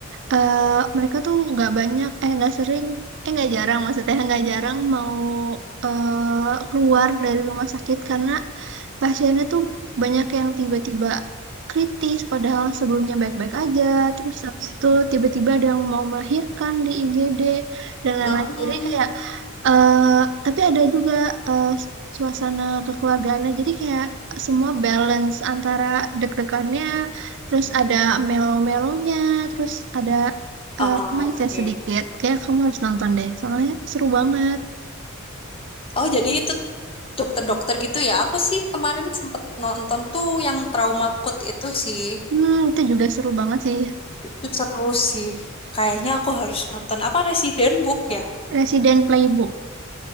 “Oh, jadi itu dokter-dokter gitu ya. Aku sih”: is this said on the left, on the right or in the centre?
Left